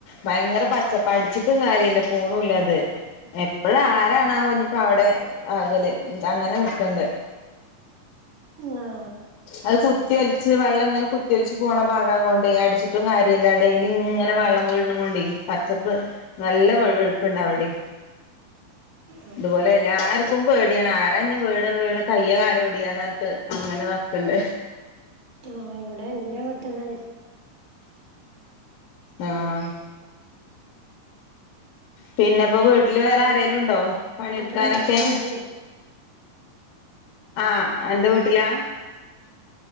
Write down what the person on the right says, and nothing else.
ആ
ങ്ങാ
<inaudible>
ആഹ് ഇവിടെ ന്റെ വീട്ട്ന്ന്.
ഞാൻ
വീട്ടില് നിക്കാൻ വന്നതായിരുന്നു
അപ്പൊ